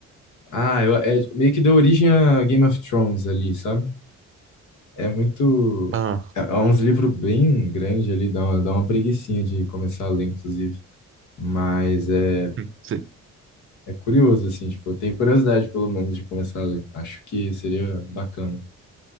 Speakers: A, on the left; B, on the right.
A: Ah, eu- é meio que deu origem a Game of Thrones ali, sabe? É muito.
B: ah,
A: É é uns livros bem grandes ali, dá uma, dá uma preguicinha de começar a ler, inclusive. Mas é,
B: hum, se-
A: é curioso, assim, tipo, eu tenho curiosidade, pelo menos, de começar a ler. Acho que seria bacana.